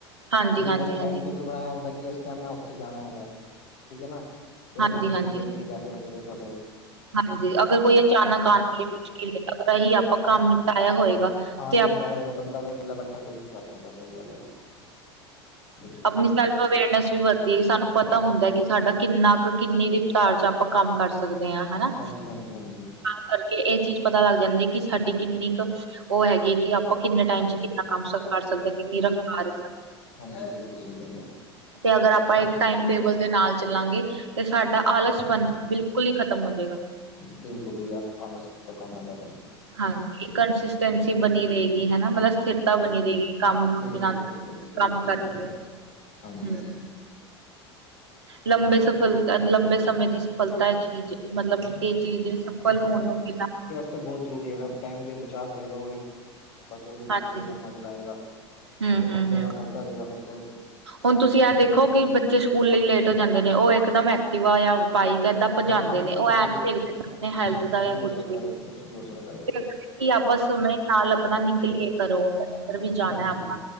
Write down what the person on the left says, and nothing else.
ਅਸੀ
ਪਹਿਲੇ
ਟਾਈਮ ਟੇਬਲ ਬਣਾਇਆ ਹੁੰਦਾ ਕਿ ਇਸ ਟਾਈਮ ਮੈਂ ਉੱਥੇ ਜਾਣਾ ਹੈਗਾ ਠੀਕ ਹੈ ਨਾ
ਪੈਨਲਟੀ
ਬਚ
ਦੀ ਪੈਸੇ ਬਚਦੇ ਤੁਹਾਡੇ
ਹਾਂ ਨਿਮਟਾਇਆ ਹੋਏਗਾ ਬੰਦਾ ਵਿਹਲਾ ਬੈਠਾ ਕੋਈ ਵੀ ਕਰ ਸਕਦਾ ਸਹੀ ਗੱਲ ਹੈ ਜੀ ਬਿਲਕੁਲ
ਜੀ ਬਿਲਕੁਲ
ਹਾਂਜੀ ਹਾਂਜੀ ਹਾਂਜੀ
ਹਾਂਜੀ ਬਿਲਕੁਲ ਸਹੀ ਗੱਲ ਹੈ।
ਬਿਲਕੁਲ ਜੀ ਆ ਆਲਸ ਦਾ ਕੰਮ ਹੈਗਾ ਵਾ।
ਬਿਲਕੁਲ
ਬਿਲਕੁਲ ਬਿਲਕੁਲ
ਜੀ
ਬਿਲਕੁਲ ਹਾਂਜੀ।
ਤਾਂ ਬਹੁਤ ਜ਼ਰੂਰੀ ਹੈਗਾ ਟਾਈਮ ਦੇ ਬਚਾਅ ਕਰੇਗਾ ਉਹੀ। ਬਸ ਉਹ ਹੀ
ਦੂਸਰੇ ਕੰਮਾ ਚਲਾਏਗਾ
ਤੇ ਅੰਨੇਵਾ ਕਰਦਾ ਰਹੇਗਾ ਫਿਰ ਤਾਂ।
ਹਾਂ ਹਾਂ
ਕੁਛ
ਵੀ
ਹੋ
ਸਕਦਾ
ਹੈ ਕੁਛ ਵੀ ਹੋ ਸਕਦਾ ਹੈ
ਹਾਂਜੀ